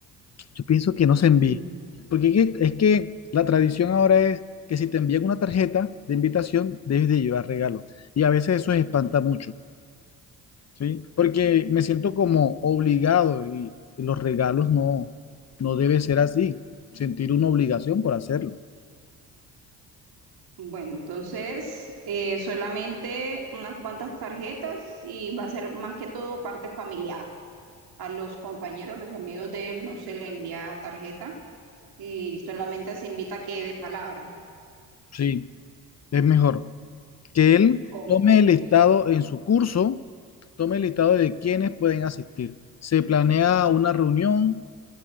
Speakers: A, on the left (about 40°); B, on the right (about 70°).
A: Yo pienso que no se envíe,
B: Mm.
A: porque es que, es que la tradición ahora es que si te envían una tarjeta de invitación, debes de llevar regalo. Y a veces eso espanta mucho, ¿sí? Porque me siento como obligado y, y los regalos no, no debe ser así, sentir una obligación por hacerlo.
B: Bueno, entonces eh, solamente unas cuantas tarjetas y va a ser más que todo parte familiar. A los compañeros, los amigos de él no se le envía tarjeta y solamente se invita a que de palabra.
A: Sí, es mejor que él
B: Ok.
A: tome el listado en su curso, tome el listado de quienes pueden asistir. Se planea una reunión